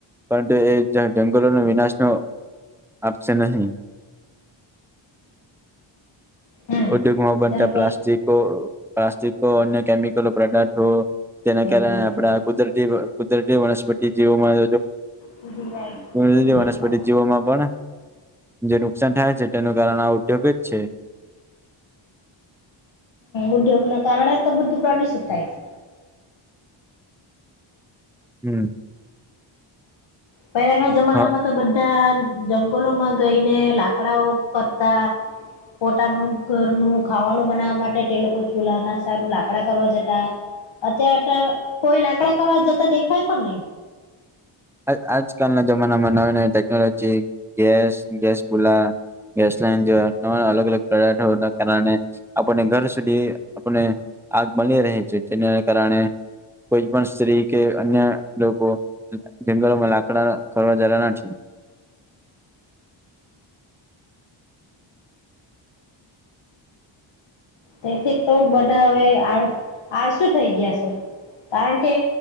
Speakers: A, in the centre; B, on the left.
A: પરંતુ એ જંગલોનો વિનાશ ન આપશે નહીં.
B: હમ
A: ઉદ્યોગમાં બનતા
B: જંગલ
A: પ્લાસ્ટિકો પ્લાસ્ટિકો અન્ય કેમિકલ પ્રોક્ટ જેના
B: સીધી
A: કારણે
B: લીટી
A: આપડા
B: પર
A: કુદરતી કુદરતી વનસ્પતિ જીવોમાં
B: સીધી લાઈટ
A: વનસ્પતિ
B: સીધી લીટી પર
A: જીવોમાં પણ જે નુકસાન થાય છે તેનું કારણ આ ઉદ્યોગ જ છે.
B: ઉદ્યોગ ના કારણે બધું પ્રદુષિત થાય છે.
A: હમ
B: પહેલાના જમાનામાં
A: હ
B: તો બધા જંગલોમાં ગઈને લાકડાઓ કરતા. પોતાનું ઘરનું ખાવાનું બનાવા માટે તે લોકો ચૂલા ના સારું લાકડા કરવા જતા. અત્યારે કોઈ લાકડા કરવા જતા દેખાય પણ નહી.
A: આજ આજકાલ ના જમા <unintelligible> નવી ટેકનોલોજી ગેસ, ગેસ બુલા, ગેસ લાઈન અલગ અલગ પદાર્થો ના કારણે આપને ઘર સુધી આપને આગ મળી રહે છે. તેના કારણે કોઈ પણ સ્ત્રી કે અન્ય લોકો જંગલો માં લાકડા કરવા જતા નથી.
B: તેથી તો બધા હવે આ આળસું થઈ ગયા છે. કારણ કે,